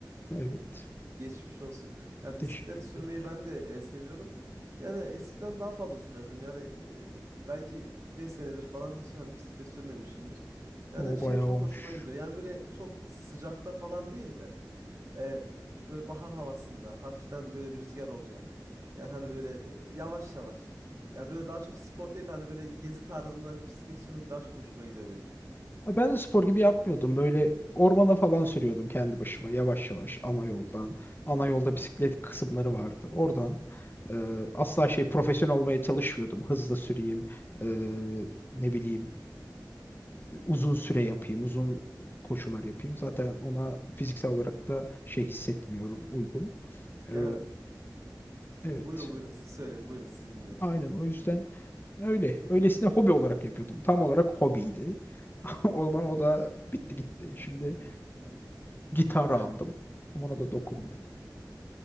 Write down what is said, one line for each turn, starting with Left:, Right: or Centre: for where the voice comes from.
Left: Evet.
Right: Geçmiş olsun. Ya
Left: Teşekkür
Right: bisiklet sürmeyi
Left: ederim.
Right: ben de e, seviyorum. Yani eskiden daha fazla sürerdim. Yani e, belki 5 senedir falan hiç hani bisiklet sürmemişimdir. Yani
Left: O
Right: şey
Left: bayağı
Right: çok
Left: olmuş.
Right: hoşuma gidiyor. Yani böyle çok sıcakta falan değil de e, böyle bahar havasında hafiften böyle rüzgar olacak. Yani hani böyle yavaş yavaş. Yani böyle daha çok spor değil de hani böyle gezi tarzında bisiklet sürmek daha çok hoşuma gidiyor benim.
Left: Ha, Ben de spor gibi yapmıyordum. Böyle ormana falan sürüyordum kendi başıma yavaş yavaş ana yoldan. Ana yolda bisiklet kısımları vardı. Oradan e, asla şey profesyonel olmaya çalışmıyordum. Hızlı süreyim, e, ne bileyim uzun süre yapayım, uzun koşular yapayım.
Right: Hı hı.
Left: Zaten ona fiziksel olarak da şey hissetmiyorum uygun.
Right: Ya
Left: E, evet,
Right: buyurun buyurun siz söyleyin buyurun sizi dinliyorum.
Left: aynen o yüzden öyle. Öylesine hobi olarak yapıyordum. Tam olarak hobiydi.
Right: Hı hı.
Left: <laughs> Ondan
Right: Evet,
Left: o da bitti gitti. Şimdi
Right: evet.
Left: gitar
Right: Yani
Left: aldım. Ama ona da dokunmuyorum.